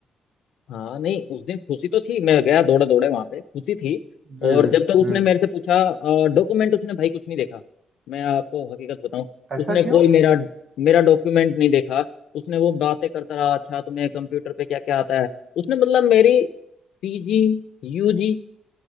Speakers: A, on the left; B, on the right.
A: हाँ नहीं उस दिन खुशी तो थी मैं गया दौड़े दौड़े वहां पे खुशी थी
B: जी
A: और
B: जी
A: जब तक उसने
B: जी
A: मेरे से पूछा डॉक्यूमेंट उसने भाई कुछ नहीं देखा मैं आपको हकीकत बताऊं
B: ऐसा
A: उसने
B: क्यों
A: कोई मेरा मेरा डॉक्यूमेंट नहीं देखा उसने वो बातें करता रहा अच्छा तुम्हें कंप्यूटर पे क्या क्या आता है उसने मतलब मेरी पीजी यूजी